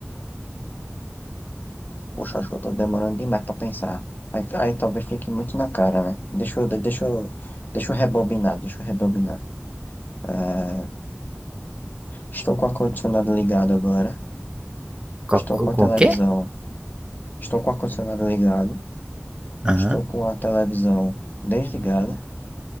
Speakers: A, on the left (about 40°); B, on the right (about 20°).
A: Poxa, acho que eu tô demorando demais pra pensar. Aí, aí talvez fique muito na cara, né? Deixa eu, deixa eu, deixa eu rebobinar, deixa eu rebobinar. Ah, estou com o ar-condicionado ligado agora.
B: Co-
A: Estou
B: co-
A: com a
B: Com
A: televisão.
B: o quê?
A: Estou com o ar-condicionado ligado.
B: Aham.
A: Estou com a televisão desligada.